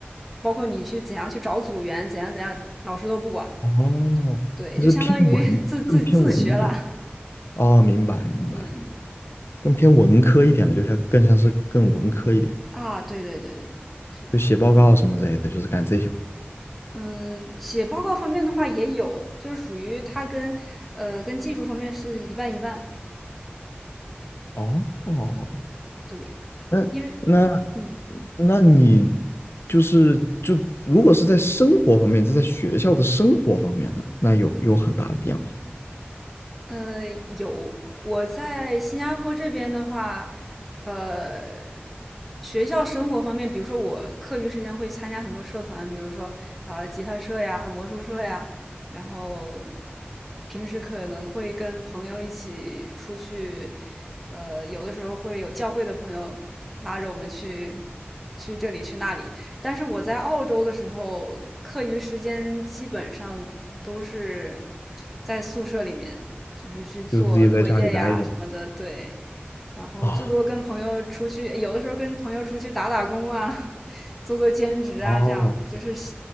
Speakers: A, in the centre; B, on the left.
A: 包括你去怎样去找组员，怎样怎样，老师都不管。
B: 哦，
A: 对，
B: 就是偏文，
A: 就相当于 <laughs> 自自自学了。
B: 更偏文一点。哦，明白明白，
A: 嗯
B: 更偏文科一点的，就像更像是更文科一点，
A: 啊，对对对对对，是的。
B: 就写报告什么之类的，就是干这些活。
A: 嗯，写报告方面的话也有，就是属于它跟呃跟技术方面是一半一半。
B: 哦哦，
A: 对，
B: 那那
A: 因为嗯
B: 那你就是就如果是在生活方面，就在学校的生活方面呢，那有有很大的变化，
A: 呃有我在新加坡这边的话，呃学校生活方面，比如说我课余时间会参加很多社团，比如说啊、呃吉他社呀、魔术社呀，然后平时可能会跟朋友一起出去，呃，有的时候会有教会的朋友拉着我们去去这里去那里。但是我在澳洲的时候，课余时间基本上都是在宿舍里面，就是去做作业呀什么的，
B: 就是自己在家里待着
A: 对。然后最多跟朋友出去，
B: 啊。
A: 有的时候跟朋友出去打打工啊，<laughs> 做做兼职啊，
B: 哦，
A: 这样子就是